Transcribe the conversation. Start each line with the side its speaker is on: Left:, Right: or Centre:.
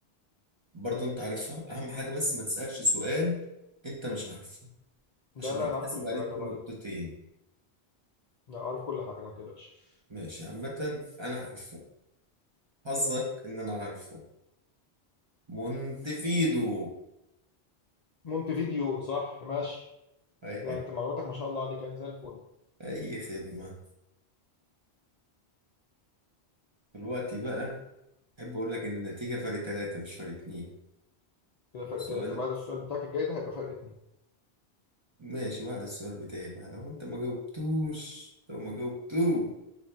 Right: برضه أنت عارفها أهم حاجة بس ما تسألش سؤال أنت مش عارفه
Left: لا
Right: عشان
Left: لا
Right: هيتحسب
Left: انا عارف كل الاجابات
Right: عليك
Left: تبع
Right: بنقطتين
Left: عليك لا عارف كل حاجه ما تقلقش
Right: ماشي عامة أنا عارفه حظك إن أنا عارفه مونتفيدو
Left: مونتفيديو صح ماشي
Right: أي
Left: لا
Right: خدمة
Left: انت معلوماتك ما شاء الله عليك يعني زي الفل
Right: أي خدمة دلوقتي بقى أحب أقول لك إن النتيجة فرق تلاتة مش فرق اتنين
Left: كده فرق
Right: سؤال
Left: تلاته بعد السؤال بتاعك الجاي ده هيبقى فرق اتنين
Right: ماشي بعد السؤال بتاعي بقى لو أنت ما جاوبتوش لو ما جاوبتوش